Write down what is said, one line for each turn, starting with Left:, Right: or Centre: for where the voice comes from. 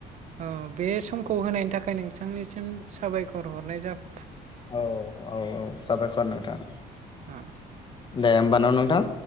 Right: अ बे समखौ होनायनि थाखाय नोंसि नोंनिसिम साबायखर हरनाय जाब
Left: औ औ औ साबायखर नोंथां
Right: अ
Left: दे होमबान न नोंथां